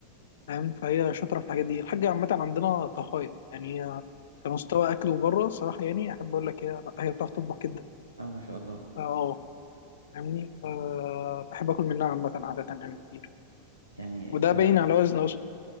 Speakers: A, on the left; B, on the right.
A: فاهم فهي شاطره في الحاجات دي الحاجه عامه عندنا طهايه يعني هي كمستوى اكل وبره صراحه يعني احب اقول لك هي لا هي بتعرف تطبخ جدا
B: اه ما شاء الله
A: فا اه فاهمني فبحب اكل منها عامه عاده يعني كتير
B: يعني
A: وده
B: انت
A: باين على وزني اصلا